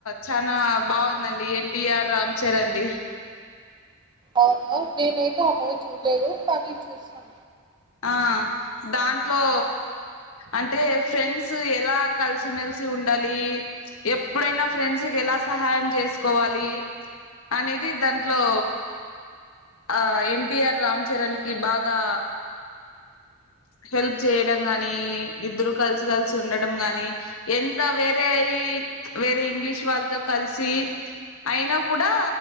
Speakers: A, on the left; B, on the right.
A: చనా బాగుందండి ఎన్టీఆర్ రామ్ చరణ్ ది.
B: అవును. నేనైతే ఆ మూవీ చూడలేదు. కానీ చూస్తాం.
A: ఆ దాంట్లో అంటే ఫ్రెండ్స్ ఎలా కలిసిమెలిసి ఉండాలి. ఎప్పుడైనా ఫ్రెండ్స్కి ఎలా సహాయం చేసుకోవాలి. అనేది దాంట్లో ఆ ఎన్టిఆర్ రామ్ చరణ్ కి బాగా హెల్ప్ చేయడం గాని, ఇద్దరు కలిసి
B: హ్మ్.
A: కలిసి ఉండడం గాని, ఎంత వేరే
B: హ్మ్.
A: అయి వేరే ఇంగ్లీష్ వాళ్ళతో, కలిసి అయినా కూడా